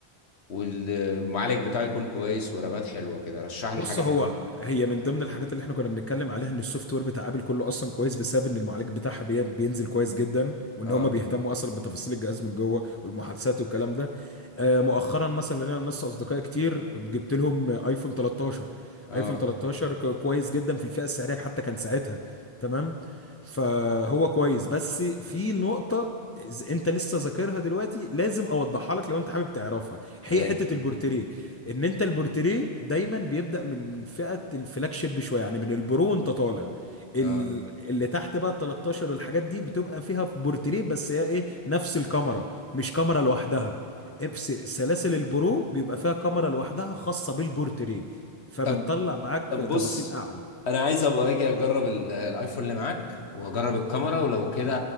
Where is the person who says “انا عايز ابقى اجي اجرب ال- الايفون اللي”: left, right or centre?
Left